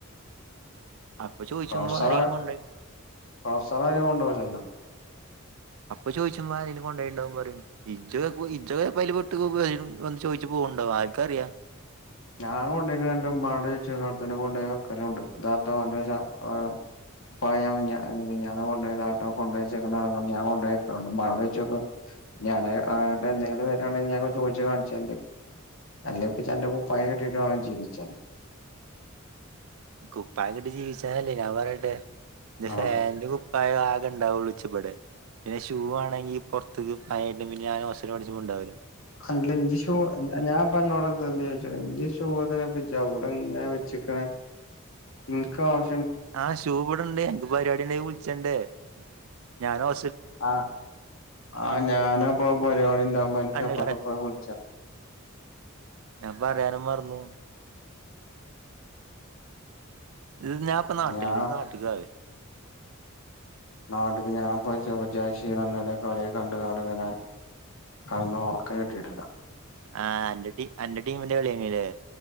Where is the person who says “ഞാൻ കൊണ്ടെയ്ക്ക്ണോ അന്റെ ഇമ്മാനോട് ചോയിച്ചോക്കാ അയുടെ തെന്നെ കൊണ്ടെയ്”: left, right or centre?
Left